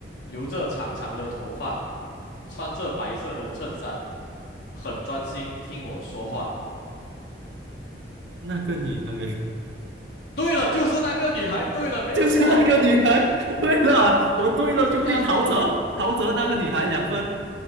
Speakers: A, on the left; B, on the right.
A: 留着长长的头发，穿着白色的衬衫。很专心听我说话。
B: 那个女孩
A: 对了，就是那个女孩。对了，
B: <laughs>
A: 没有错。
B: 就是那个女孩。对了，我对了，兄弟，
A: 加分
B: 陶喆，陶喆那个女孩两分，